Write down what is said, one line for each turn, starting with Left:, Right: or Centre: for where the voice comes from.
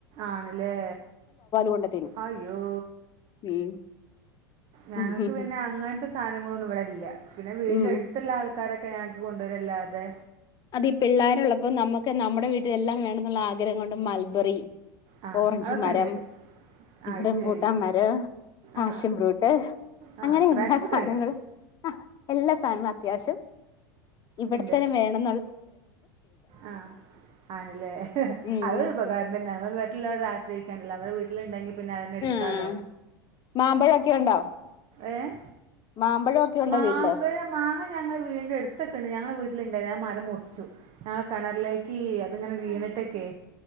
Right: ആണ്ല്ലെ
Left: കൊണ്ട് തിന്നും
Right: അയ്യോ
Left: ഉം
Right: ഞങ്ങക്ക്
Left: ഉം ഉം
Right: പിന്നെ അങ്ങനത്തെ സാധനങ്ങളൊന്നും ഇവിടെല്ലാ പിന്നെ വീടിന്റെ
Left: ഉം ഉം.
Right: അടുത്തുള്ള ആൾക്കാരൊക്കെ ഞങ്ങക്ക് കൊ ണ്ടരല്ലാതെ
Left: അതി പിള്ളേരോള്ളപ്പോ നമ്മുക്ക് നമ്മടെ വീട്ടില് എല്ലാം വേണന്നുള്ള ആ ഗ്രഹം കൊണ്ട് മൽബെറി
Right: ആ
Left: ഓറഞ്ച്
Right: അതൊക്കെ
Left: മരം
Right: ഉണ്ട് ആ അത്
Left: റംബൂട്ടാൻ
Right: ശരി
Left: മരം പാഷൻ
Right: ആ
Left: ബ്രൂട്ട്
Right: ആ
Left: അങ്ങനെ
Right: പ്രാഷൻ
Left: എല്ലാ
Right: മുട്ടുണ്ട്
Left: സാധനങ്ങളും എല്ലാ സാധനങ്ങളും അത്യാവശ്യം ഇവിടെത്തന്നെ
Right: ഉണ്ട്
Left: വേണം
Right: ആ ആണ്ലേ
Left: ഉം
Right: അത് ഉപകാരം തന്നെയാ മ്മള് മറ്റുള്ളോരെ ആശ്രയിക്കണ്ടല്ലോ മ്മളെ വീ ട്ടിലെണ്ടങ്കി പി പിന്നെ അതീന്നെടുക്കലോ
Left: ആഹ് മാമ്പഴൊക്കെ ഉണ്ടോ
Right: ഏഹ്
Left: മാമ്പഴൊക്കെ ഉണ്ടോ
Right: മാമ്പഴം
Left: വീട്ടില്
Right: മാങ്ങ ഞങ്ങൾടെ വീടിൻ്റെ അടുത്ത്ക്കെണ്ട് ഞങ്ങടെ വീട്ടിലുണ്ടായിരുന്നു ആ മ മുറിച്ചു ആഹ് കിണറിലേക്ക് അതിങ്ങനെ വീണി ട്ടെക്കേ